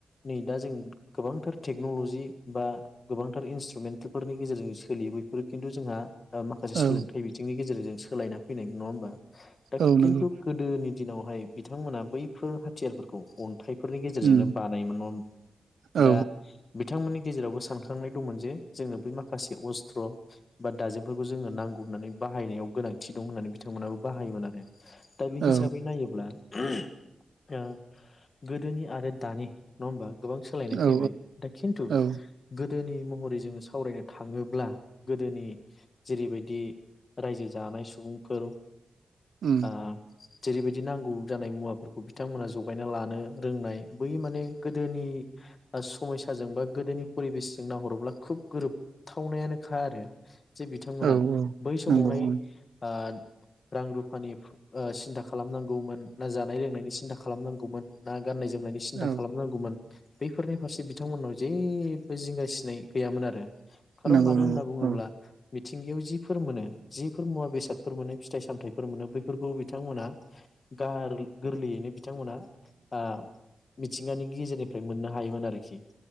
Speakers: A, on the left; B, on the right.
A: नै दा जों गोबांथार टेक्न'ल'जि बा गोबांथार इन्सट्रुमेन्टफोरनि गेजेरजों सोलियो बैफोरो खिन्थु जोंहा ओ माखासे
B: औ
A: सोलोंथाइ बिथिंनि गेजेरजों सो सोलायना फैनाय नङा होमबा? दा
B: औ
A: खिथु
B: नंगौ
A: गोदोनि दिनावहाय बिथांमोना बैफोर हाथियारफोर खौ अन्थाइफोरनि गेजेरजोंनो
B: उम
A: बानायोमोन नङा,
B: औ
A: दा बिथांमोननि गेजेरावबो सानखांनाय दंमोन जे, जोंनो बै माखासे अस्त्र बा दाजेमफोरखौ जोंनो नांगौ होननानै बाहायनायाव गोनांथि दं होननानै बिथांमोनाबो बाहायोमोन आरो। दा बे
B: औ
A: हिसाबै नायोब्ला ओ गोदोनि आरो दानि, नङा होमबा? गोबां सोलायनाय फैबाय।
B: औ
A: दा खिन्थु गो
B: औ
A: गोदोनि महरै जोङो सावरायनो थाङोब्ला, गोदोनि जेरैबायदि रायजो जानाय सुबुंफोर
B: उम
A: आ जेरैबायदि नांगौ। जानाय मुवाफोरखौ बिथांमोना जगायना लानो रोंनाय बै माने गोदोनि समयसाजों बा गोदोनि परिबेसजों नाहरोब्ला खोब गोरोबथावनायानोखा आरो। जे बिथांमोना
B: औ
A: बै समावहाय
B: नंगौ उम
A: ओ रां रुफानि ओ सिन्था खालामनांगौमोन ना जानाय लोंनायनि सिन्था खालामनांगौमोन ना गाननाय जोमनायनि सिन्था
B: औ
A: खालामनांगौमोन बैफोरनि फारसे बिथांमोननाव जेबो जिंगासिनाय गैयामोन आरो खारन
B: नंगौ
A: मानो
B: नंगौ
A: होनना बुङोब्ला
B: औ
A: मिथिंगायाव जिफोर मोनो जिफोर मुवा बेसाद फोर मोनो। फिथाइ सामथायाइफोर मोनो बैफोरखौ बिथांमोना गार गोरलैयैनो बिथांमोना आ मिथिंगानि गेजेरनिफ्राय मोननो हायोमोन आरो इसे